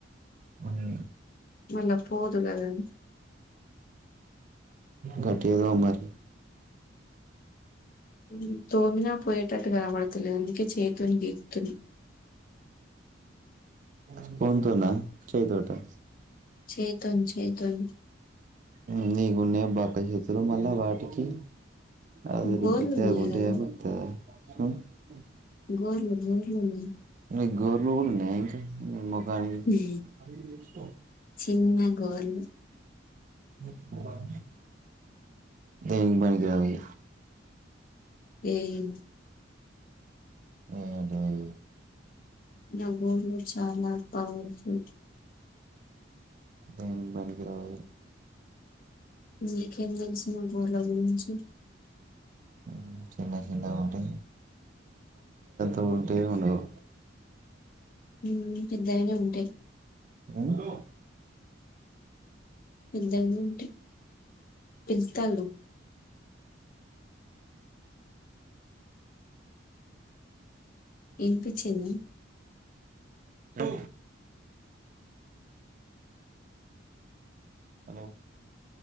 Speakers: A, on the right; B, on the left.
A: మ్మ్
B: మళ్ళా పోదు కదా అది
A: గట్టిగా తోము మరి
B: మ్మ్ తోమినా పోయేటట్టుగా కపడతులే అందుకే చేతున్ కి తిన్
A: స్పూన్ తోనా చేయ్ తోటె
B: చైతోన్ చేయ్ తోని
A: మ్మ్ నీకున్నేయే బక్క చేతులు మళ్ళా వాటికి అవి
B: గోర్లు
A: రుద్దుతే
B: ఉన్నాయి
A: ఉంటయా
B: కదా
A: పోతాయా <unintelligible>
B: గోర్లు గోర్లున్నాయ్
A: నీకు గోర్లు కూడా ఉన్నాయా నీ మోము బానే బిగ్
B: ఉమ్, చిన్న గోర్లు
A: <unintelligible> దేనికి బనికి రాదు
B: మ్మ్
A: మ్మ్ అదేలే
B: నవ్ గోళ్లు చాలా పవర్ఫుల్
A: దేనికి బనికి రావు
B: నీకేం తెలుసు గోర్ల గురించి
A: మ్మ్ చిన్న చిన్నగా ఉంటే <unintelligible> ఉంటయో ఉండవో.
B: మ్మ్ పెద్దగానే ఉంటయ్
A: ఉండవ్
B: పిల్తనే ఉంటయ్ పిల్తల్లు ఇనిపించ్చిందా
A: లో హలో